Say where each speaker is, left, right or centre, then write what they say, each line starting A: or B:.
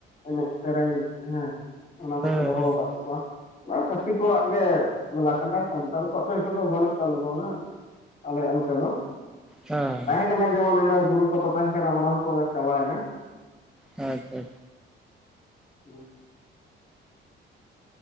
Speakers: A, on the left; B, in the centre.
A: ᱮᱱᱮᱡ ᱥᱮᱨᱮᱧ ᱦᱮᱸ ᱚᱱᱟ ᱠᱚᱠᱚ
B: ᱦᱮᱸ
A: ᱫᱚᱦᱚ ᱟᱠᱟᱫ ᱛᱟᱠᱚᱣᱟ᱾ ᱚᱱᱟ ᱪᱷᱟᱹᱛᱤᱠ ᱠᱚᱣᱟᱜ ᱜᱮ ᱢᱮᱞᱟ ᱠᱟᱱᱟ᱾ ᱥᱟᱱᱛᱟᱲ ᱠᱚᱣᱟᱜ ᱫᱚ ᱱᱤᱛᱚᱜ ᱫᱚ ᱵᱟᱹᱱᱩᱜ ᱛᱟᱞᱵᱚᱱᱟ ᱟᱞᱮᱭᱟᱜ ᱱᱚᱛᱮ ᱫᱚ᱾
B: ᱦᱮᱸ
A: ᱛᱟᱦᱮᱸ ᱠᱟᱱᱟ ᱡᱮᱢᱚᱱ ᱚᱱᱟ ᱵᱩᱨᱩ ᱯᱟᱛᱟ ᱛᱟᱦᱮᱸ ᱠᱟᱱᱟ ᱚᱱᱟ ᱦᱚᱸᱛᱚ ᱪᱟᱵᱟᱭᱮᱱᱟ᱾
B: ᱟᱪᱪᱷᱟᱼᱼ
A: ᱦᱮᱸ <unintelligible>